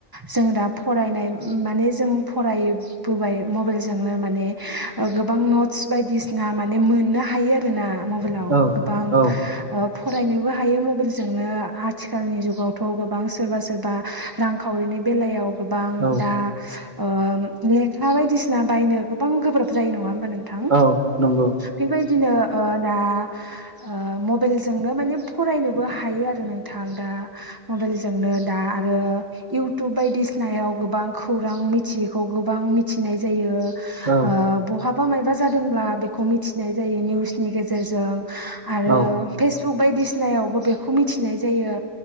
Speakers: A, on the right; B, on the right.
A: जों दा फरायनाय माने जों फरायबोबाय मबाइलजोंनो माने गोबां नटस बायदिसिना माने मोननो हायो आरोना मबाइलाव
B: औ
A: गोबां
B: औ
A: ओप फरायनोबो हायो मबाइलजोंनो आथिखालनि जुगावथ' गोबां सोरबा सोरबा रांखावरिनि बेलायाव गोबां
B: औ
A: दा ओ लेखा बायदिसिना बायनो गोबां गोब्राब जायो नङा होमबा नों थां
B: औ नंगौ
A: बेबायदिनो ओ दा ओ मबाइलजोंनो माने फरायनोबो हायो आरो नोंथां दा मबाइलजोंनो दा आरो इउटुब बायदिसिनायाव गोबां खौरां मिथियैखौ गोबां मिथिनाय जायो। ओ
B: औ
A: बहाबा मायबा जादोंब्ला बेखौ मिथिनाय जायो निउसनि गेजेरजों आरो
B: औ
A: फेसबुक बायदिसिनायावबो बेखौ मिथिनाय जायो